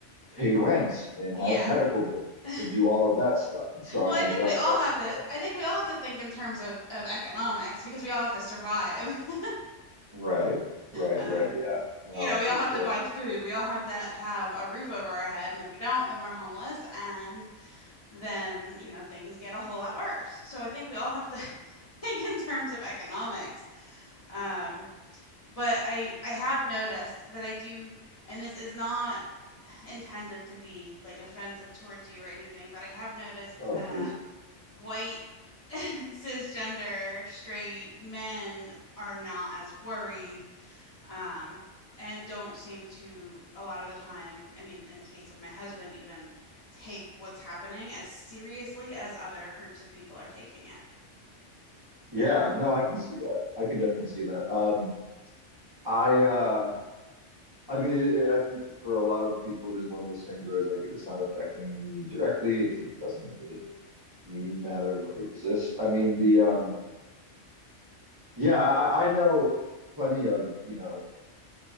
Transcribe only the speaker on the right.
pay rent and
have medical bills
and do all of that stuff. And so
I think
that
that's
the stuff.
Right, right,
right. Yeah, no,
for
sure.
Oh,
please.
Yeah, no, I can see that. I can definitely see that. Um, I uh I mean it, it- I think for a lot of people it is one of those things where it's like if it's not affecting me directly, it, it doesn't really matter or exist. I mean the um yeah, I, I know plenty of, you know,